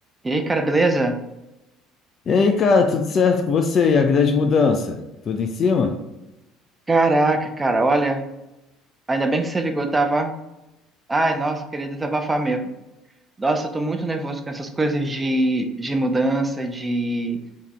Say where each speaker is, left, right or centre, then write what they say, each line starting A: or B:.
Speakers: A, on the right; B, on the left.
A: E aí, cara, beleza?
B: E aí, cara, tudo certo com você? E a grande mudança? Tudo em cima?
A: Caraca, cara, olha, ainda bem que você ligou, tava. Ai, nossa, eu queria desabafar mesmo. Nossa, eu tô muito nervoso com essas coisas de, de mudança, de,